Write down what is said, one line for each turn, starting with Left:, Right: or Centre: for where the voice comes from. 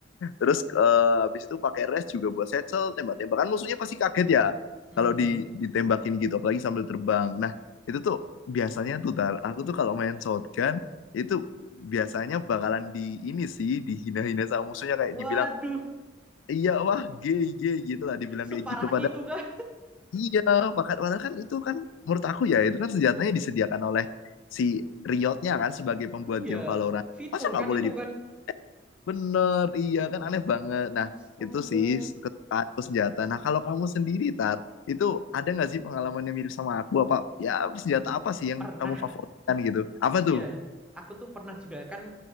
Left: Terus eh, habis itu pakai res juga buat settle, tembak-tembakan musuhnya pasti kaget ya
Centre: Hmm.
Left: kalau di ditembakin gitu apalagi sambil terbang. Nah, itu tuh biasanya tuh Tar, aku tuh kalau main shotgun itu biasanya bakalan di ini sih dihina-hina sama musuhnya kayak
Centre: Waduh,
Left: dibilang iya wah gay gay gitu lah dibilang
Centre: separah
Left: kayak gitu padahal
Centre: itu kah?
Left: iya padahal padahal kan itu kan menurut aku ya itu kan senjatanya disediakan oleh si Riotnya kan sebagai pembuat
Centre: Iya,
Left: game Valorant
Centre: fitur
Left: masa nggak
Centre: kan
Left: boleh
Centre: itu
Left: dipakai
Centre: kan.
Left: Bener, iya kan aneh banget. Nah,
Centre: Astaga.
Left: itu sih kesukaan atau senjata. Nah, kalau kamu sendiri, Tar, itu ada nggak sih pengalaman yang mirip sama aku? Apa ya senjata apa sih yang
Centre: Pernah,
Left: kamu favoritkan gitu? Apa
Centre: iya.
Left: tuh?
Centre: Aku tuh pernah juga kan